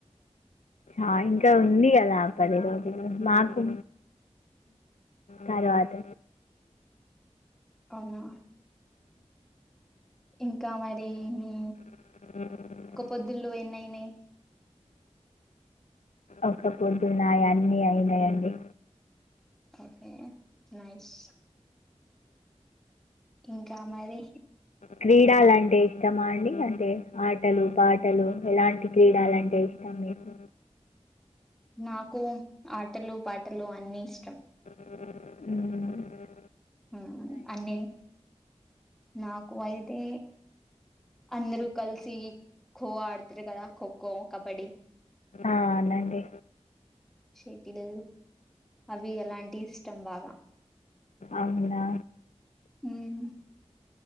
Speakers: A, on the left (about 85°); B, in the centre.
A: ఆ ఇంకా ఉందీ కదా. పది రోజులు మాకు తరువాత
B: అవునా ఇంకా మ దేమీ
A: ఉ
B: పొద్దులు ఎన్నయినయి.
A: ఒక పొద్దు నాయి అన్నీ అయినయండి.
B: Okay nice. ఇంకా మరి
A: క్రీడలాంటే ఇష్టమా అండి. అంటే ఆటలు, పాటలు ఎలాంటి క్రీడలుంటే ఇష్టం. మీకు
B: నాకు ఆటలు పాటలు అన్నిీ ఇష్ టం
A: ఉహ్
B: ఉహ్ అన్నీ నాక్ ఖో అయితే అందరుూ కలిసి ఖో ఆడతారు కదా ఖోఖో, కబడ్డీ.
A: అవునండి
B: షటిల్ అవి అలాంటి ఇష్టం బాగా
A: అవునా
B: ఉహ్మ్